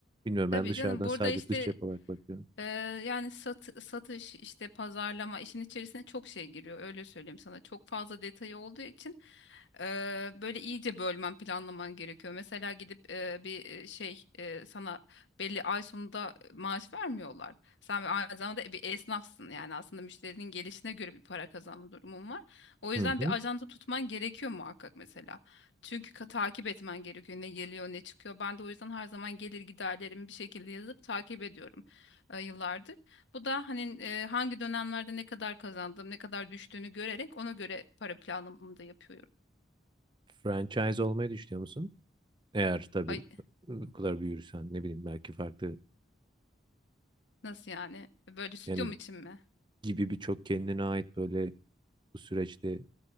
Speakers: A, on the right; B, on the left.
A: Bilmiyorum
B: Tabii
A: ben dışarıdan
B: canım burada
A: sadece
B: işte
A: dış cep olarak bakıyorum.
B: Ee, yani satı- satış işte pazarlama işin içerisine çok şey giriyor öyle söyleyeyim sana çok fazla detayı olduğu için e, böyle iyice bölmen planlaman gerekiyor mesela gidip e, bir e, şey e, sana belli ay sonunda maaş vermiyorlar sen bir aynı zamanda bir esnafsın yani aslında müşterinin gelişine göre bir para kazanma durumun var o yüzden
A: Hı hı.
B: bir ajanda tutman gerekiyor muhakkak mesela çünkü ka- takip etmen gerekiyor ne geliyor ne çıkıyor ben de o yüzden her zaman gelir giderlerimi bir şekilde yazıp takip ediyorum e, yıllardır. Bu da hani e, hangi dönemlerde ne kadar kazandım, ne kadar düştüğünü görerek ona göre para planlamamı da yapıyorum.
A: Franchise olmayı düşünüyor musun? Eğer tabii
B: Ay
A: bu kadar büyürsen ne bileyim belki farklı
B: nasıl yani? Böyle stüdyom
A: yani
B: için mi?
A: gibi birçok kendine ait böyle bu süreçte